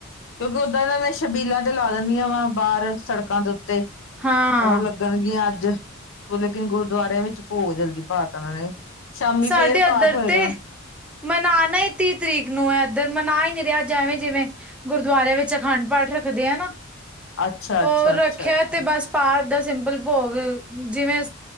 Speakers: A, on the left; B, in the centre.
A: ਕਿਉਂਕਿ ਓਦਾਂ ਏਨਾਂ ਨੇ, ਸ਼ਬੀਲਾਂ ਤੇ ਲਾ ਦੇਨੀਆਂ ਵਾ ਬਾਰ ਸੜਕਾਂ ਦੇ ਉੱਤੇ,
B: ਹਾਂ
A: ਓ ਲ ਲੱਗਣਗੀਆਂ ਅੱਜ, ਲੇਕਿਨ ਗੁਰਦੁਆਰਿਆਂ ਵਿੱਚ ਭੋਗ ਜਲਦੀ ਪਾਤਾ ਓਨਾਂ ਨੇ। ਸ਼ਾਮੀ
B: ਸਾਡੇ
A: ਫੇਰ ਪਾਠ
B: ਇੱਧਰ
A: ਹੋਏਗਾ।
B: ਤੇ ਮਨਾਣਾ ਈ ਤੀਹ ਤਰੀਕ ਨੂੰ ਐ ਏਧਰ, ਮਨਾ ਈ ਨੀ ਰਹੇ, ਅਜ ਐਵੇਂ ਜਿਵੇਂ ਗੁਰਦੁਆਰੇ ਵਿੱਚ ਅਖੰਡ ਪਾਠ ਰੱਖਦੇ ਆ ਨਾ,
A: ਅੱਛਾ
B: ਓ
A: ਅੱਛਾ
B: ਰੱਖੇਆ
A: ਅੱਛਾ ਅੱਛਾ
B: ਤੇ ਬਸ ਪਾਠ ਦਾ ਸਿੰਪਲ ਭੋਗ, ਜਿਵੇਂ